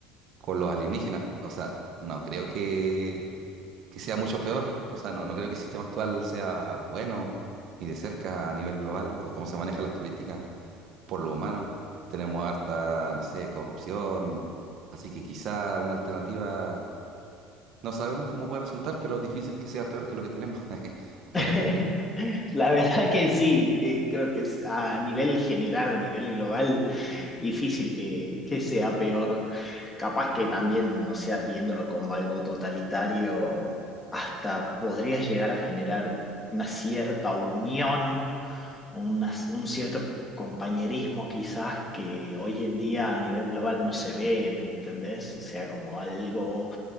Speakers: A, on the right (about 55°); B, on the left (about 20°).
A: con los alienígenas. O sea, no creo que, que sea mucho peor. O sea, no, no creo que el sistema actual sea bueno, ni de cerca a nivel global, o cómo se manejan las políticas por lo humano. Tenemos harta, no sé, corrupción, así que quizá una alternativa, no sabemos cómo puede resultar, pero es difícil que sea peor que lo que tenemos <laughs>
B: <laughs>
A: por ahí.
B: La verdad que sí, eh, creo que es a nivel general, a nivel global, difícil que, que sea peor. Capaz que también, no sea, viéndolo como algo totalitario, hasta podría llegar a generar una cierta unión, una- un cierto compañerismo quizás que hoy en día a nivel global no se ve, ¿me entendés? O sea, como algo